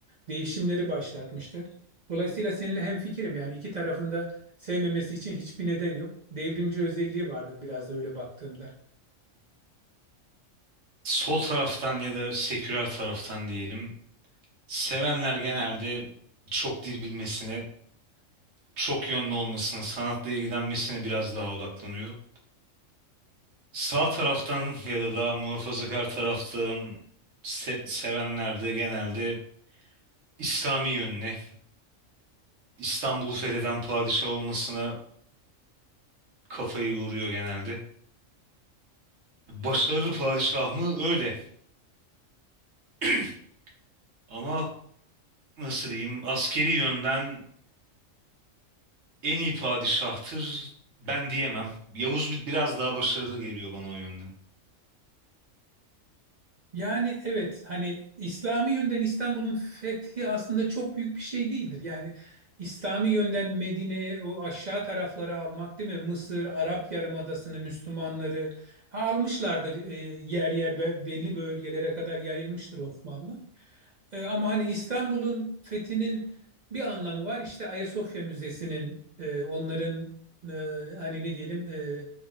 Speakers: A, on the right; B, on the right.
A: Değişimleri başlatmıştır. Dolayısıyla seninle hemfikirim. Yani iki tarafında sevmemesi için hiçbir neden yok. Devrimci özelliği vardır biraz da öyle baktığımda.
B: Sol taraftan ya da seküler taraftan diyelim. Sevenler genelde çok dil bilmesine, çok yönlü olmasına, sanatla ilgilenmesine biraz daha odaklanıyor. Sağ taraftan ya da daha muhafazakar taraftan se- sevenler de genelde İslami yönüne, İstanbul'u fetheden padişah olmasına kafayı yoruyor genelde. Başarılı padişah mı? Öyle. <clears throat> Ama nasıl diyeyim, askeri yönden en iyi padişahtır ben diyemem. Yavuz bi- biraz daha başarılı geliyor bana o yönden.
A: Yani evet hani İslami yönden İstanbul'un fethi aslında çok büyük bir şey değildir. Yani İslami yönden Medine'ye o aşağı tarafları almak değil mi? Mısır, Arap Yarımadası'nı, Müslümanları almışlardır e, yer yer be- belli bölgelere kadar yayılmıştır Osmanlı. E, ama hani İstanbul'un fethinin bir anlamı var. İşte Ayasofya Müzesi'nin e, onların e, hani ne diyelim e,